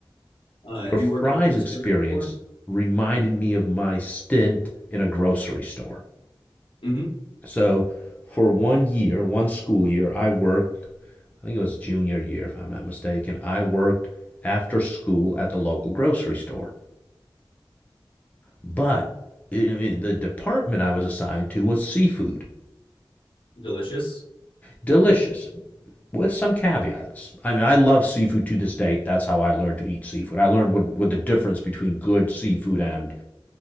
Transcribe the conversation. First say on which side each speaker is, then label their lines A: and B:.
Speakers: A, on the left; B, on the left.
A: Uh, have
B: Your fries
A: you worked in food
B: experience
A: service before?
B: reminded me of my stint in a grocery store.
A: hmm
B: So for one year, one school year, I worked, I think it was junior year, if I'm not mistaken, I worked after school at the local grocery store. But I the department I was assigned to was seafood.
A: Delicious.
B: Delicious, with some caveats. I mean, I love seafood to this day. That's how I learned to eat seafood. I learned what, what the difference between good seafood and